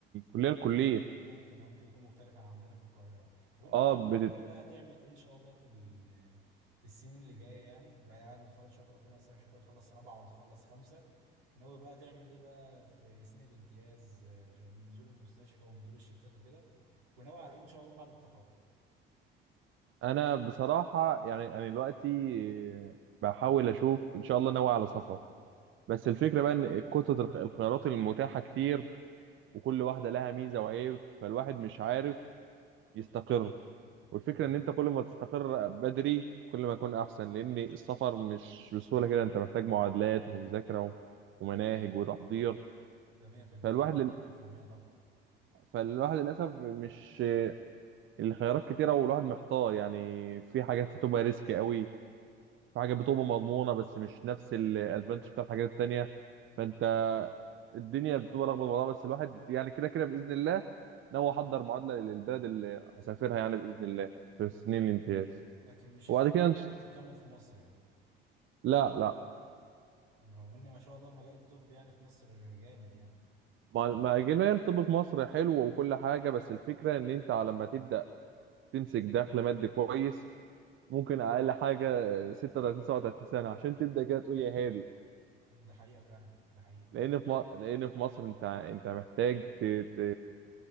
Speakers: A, on the right; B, on the right.
A: الكليه لكليه
B: ممكن او ممكن يكون مختلف عن عندنا في القاهره طب
A: اه
B: انت بقى ناوي
A: بتت...
B: ناوي بقى تعمل ايه ان شاء الله في ال- في السنين اللي جايه يعني بعد ما تخلص ان شاء الله ربنا يوصلك حاجه وتخلص رابعه وتخلص خمسه ناوي بقى تعمل ايه بقى في سنين الامتياز آه، غير نزول المستشفى ونزول الشفتات وكده وناوي على ايه ان شاء الله بعد التخرج
A: انا بصراحه يعني انا دلوقتي آه، بحاول اشوف ان شاء الله ناوي على سفر بس الفكره بقى ان كتله الخ- الخيارات المتاحه كتير وكل واحده لها ميزه وعيب فالواحد مش عارف يستقر والفكرة
B: امم
A: ان انت كل ما تستقر بدري كل ما يكون احسن لان السفر مش بسهولة كده انت محتاج معادلات ومذاكرة و- ومناهج وتحضير
B: ده 100%
A: فالواحد لل...
B: 100% طبعا
A: فالواحد للاسف مش الخيارات كتيرة والواحد محتار يعني في حاجات بتبقى ريسك قوي في حاجات بتبقى مضمونة بس مش نفس الادفانتج بتاع الحاجات التانية فانت الدنيا بتبقى لخبطة والله بس الواحد يعني كده كده باذن الله ناوي احضر معادلة للبلد اللي هسافرها يعني باذن الله في سنين الامتياز
B: لكن مش حابب
A: وبعد كده
B: انك
A: إن-
B: انت تكمل في مصر يعني
A: لا لا
B: رغم ان ما شاء الله المجال الطبي يعني في مصر جامد يعني
A: ما ما اجل هي الطب في مصر حلو وكل حاجه بس الفكره ان انت على ما تبدا تمسك دخل مادي كويس ممكن اقل حاجه 36 37 سنه عشان تبدا كده تقول يا هادي
B: مم، ده حقيقه فعلا ده حقيقه
A: لان في م... لان في مصر انت انت محتاج ت... ت...